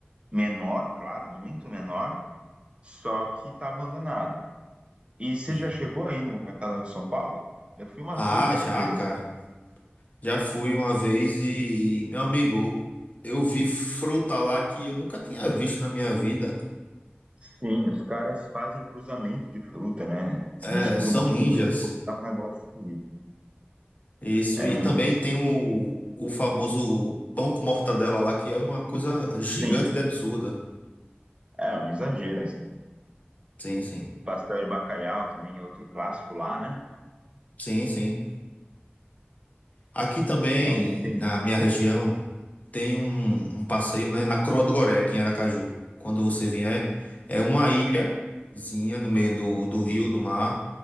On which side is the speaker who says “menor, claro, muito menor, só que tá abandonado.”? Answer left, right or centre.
Right